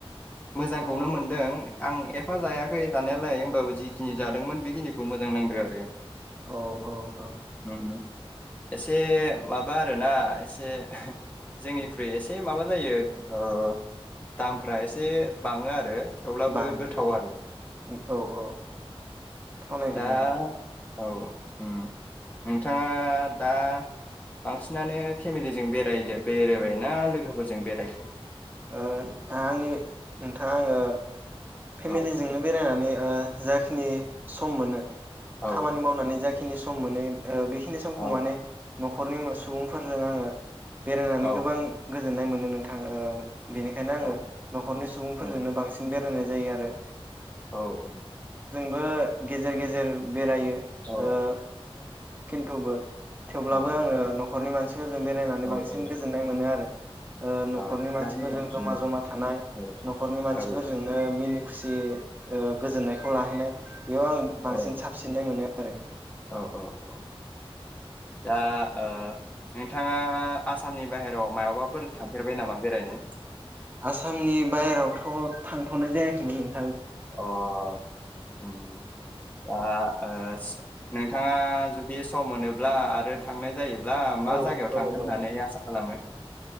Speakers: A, on the left (about 15°); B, on the right (about 20°).
A: मोजांखौनो मोनदों आं एफा जायाखै जानायालाय होमबाबो जि खिनि जादोंमोन बेखिनिखौ मोजां नांदो आरो।
B: औ औ औ
A: होम होम। एसे माबा आरोना एसे जोंनिख्रुइ एसे माबा जायो ओ दामफ्रा एसे बाङो आरो। थेवब्लाबो
B: बाङो
A: गोथाव
B: औ
A: आरो
B: औ औ औ। थावनाय मोनो
A: दा
B: नोंथां
A: औ उम नोंथाङा दा बांसिनानो फेमिलिजों बेरायदो बेरायबाय ना लोगोफोरजों बेरायखो?
B: ओ आंनि नोंथां आंङो फेमिलिजोंनो
A: औ
B: बेरायनानै ओ जाखिनि सम मोनो
A: औ
B: खामानि मावनानै जाखि खिनि सम मोनो ओ बेखिनि समखौ
A: औ
B: माने न'खरनि सुबुंफोरजों आङो बेरायनानै
A: औ
B: गोबां गोजोननाय मोनो नों नोंथां ओ बेनिखायनो आङो
A: औ
B: न'खरनि सुबुंफोरजोंनो
A: औ
B: बांसिन बेरायनाय जायो आरो।
A: औ औ।
B: बो गेजेर गेजेर बेरायो
A: औ
B: ओ <unintelligible> <unintelligible> थेवब्लाबो
A: औ
B: आङो न' खरनि मानसि फोरजों बेरायनानै
A: औ
B: बांसिन
A: औ
B: गोजोन्नाय मोनो आरो। ओ न'खरनि
A: औ थिगानो
B: मानसि <unintelligible>
A: दं
B: जमा
A: ओं,
B: जमा थानाय
A: औ
B: न'खरनि मानसिफोरजोंनो
A: औ
B: मिनि खुसि ओ गोजोननायखौ लाहैनाय। बेयाव आं बांसिन
A: औ
B: साबसिननाय मोनो आरो‌
A: औ औ औ दा ओ नोंथाङा आसामनि बाहेराव मायावबाफोर थांफेरबाय नामा बेरायनो?
B: आसामनि बाहेरावथ' थांथ'नाय जायाखैमोन नों
A: अ ओम दा ओ स नोंथाङा जुदि सम मोनोब्ला आरो थांनाय जायो ब्ला मा
B: औ
A: जायगायाव
B: औ
A: थांगोन
B: औ
A: होननानै आसा खालामो?